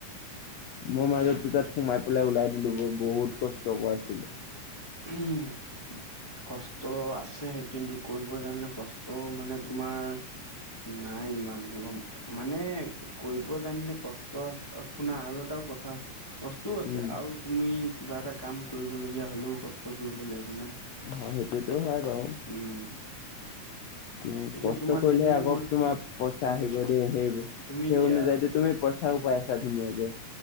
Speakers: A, on the left; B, on the left.
A: মই মাজতে তাত সোমাই পেলাই ওলাই দিলো, ব বহুত কষ্ট কৰাইছিলে।
B: উম। কষ্ট আছে, কিন্তু কৰিব জানিলে কষ্ট মানে তোমাৰ নাই ইমান গম মানে কৰিব জানিলে কষ্ট, শুনা আৰু এটাও কথা কষ্টও আছে
A: উম,
B: আৰু তুমি কিবা এটা কাম কৰিবলগীয়া হলেও কষ্ট কৰিব লাগিব না।
A: হয়, সেইটোৱেতো হয় বাৰু।
B: উম।
A: উম,
B: এতিয়া
A: কষ্ট
B: তোমাৰ
A: কৰিলেহে
B: ডিম
A: আকৌ
B: বস্তু
A: তোমাৰ পইচা
B: উম,
A: আহিব দেই সেইবোৰ
B: তুমি
A: সেই
B: এতিয়া
A: অনুযায়ীতো, তুমি পইচাও পাই আছা ধুনীয়াকে।